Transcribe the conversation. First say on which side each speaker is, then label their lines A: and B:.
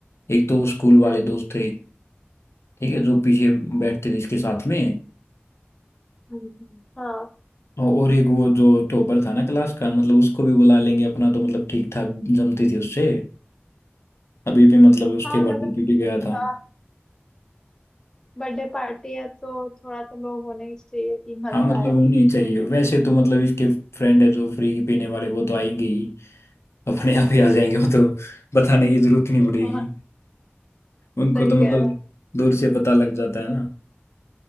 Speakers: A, on the left; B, on the left.
A: एक तो वो स्कूल वाले दोस्त थे ठीक है जो पीछे बैठते थे इसके साथ में
B: हम्म, हाँ
A: औ- और एक वो जो टॉपर था ना क्लास का मतलब उसको भी बुला लेंगे अपना तो मतलब ठीक ठाक जमती थी उससे अभी भी मतलब उसके
B: हाँ
A: बर्थडे
B: मतलब
A: पे भी गया था
B: थोड़ा बर्थडे पार्टी है तो थोड़ा तो लोग होने ही चाहिए कि मजा
A: हाँ मतलब
B: आए
A: होनी चाहिए वैसे तो मतलब इसके फ्रेंड है जो फ्री पीने वाले वो तो आएंगे ही अपने आप ही आ जाएंगे वो तो बताने की जरूरत नहीं
B: <laughs>
A: पड़ेगी
B: हाँ
A: उनको
B: सही
A: तो
B: कह
A: मतलब
B: रहे हैं
A: दूर से पता लग जाता है ना